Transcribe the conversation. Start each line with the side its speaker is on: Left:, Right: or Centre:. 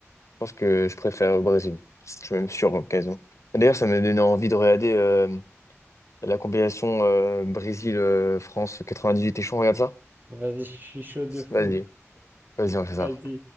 Left: pense que je préfère au Brésil. Je suis même sûr, occasion. D'ailleurs, ça m'a donné envie de regarder euh, la compilation euh, Brésil-France 98. T'es chaud, on regarde ça?
Right: Vas-y, <laughs> je suis chaud de fou.
Left: Vas-y, vas-y, on fait ça.
Right: Vas-y.